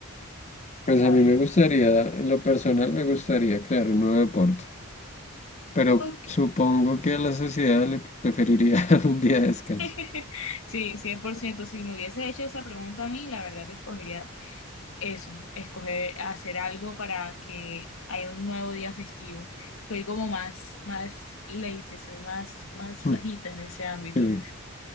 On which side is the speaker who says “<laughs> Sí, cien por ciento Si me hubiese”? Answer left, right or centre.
Left